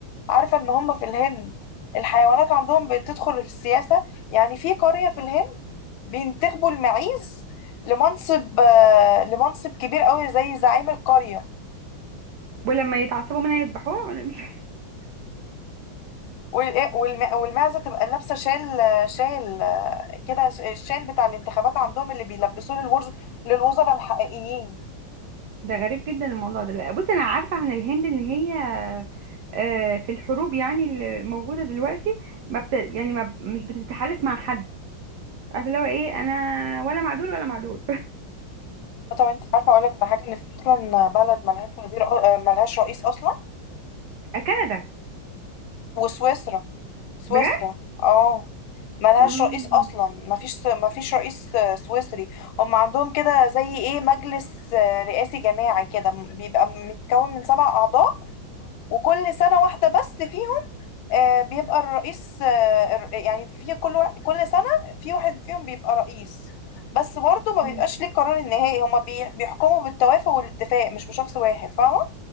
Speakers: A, on the left; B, on the right.
A: عارفة ان هم في الهند الحيوانات عندهم بتدخل في السياسة يعني في قرية في الهند بينتخبوا المعيز لمنصب آه، لمنصب كبير قوي زي زعيم القرية
B: ولما يتعصبوا منها يذبحوها ولا مش
A: وال- والم- والمعزة تبقى لابسة شال شال آه، كده ش- الشال بتاع الانتخابات عندهم اللي بيلبسوه للورز للوزراء الحقيقيين
B: ده غريب جدا الموضوع ده لا، بص أنا عارفة عن الهند إن هي آه، في الحروب يعني اللي موجودة دلوقتي ما بت... يعني ما ب- مش بتتحالف مع حد عارفة اللي هو إيه أنا ولا مع دول ولا مع دول
A: طب انت عارفة اقول لك على حاجة ان في اصلا بلد ملهاش وزير آه، ملهاش رئيس اصلا
B: <laughs> كندا
A: وسويسرا سويسرا
B: بجد؟
A: اه ملهاش
B: مم.
A: رئيس اصلا مفيش مفيش رئيس آه، سويسري هم عندهم كده زي ايه مجلس آه، رئاسي جماعي كده م- بيبقى متكون من سبع اعضاء وكل سنة واحدة بس في آه، بيبقى الرئيس آه، الر- يعني في كل واحد كل سنة في واحد فيهم بيبقى رئيس بس برضه ما
B: مم.
A: بيبقاش ليه القرار النهائي هما بي- بيحكموا بالتوافق والاتفاق مش بشخص واحد فاهمة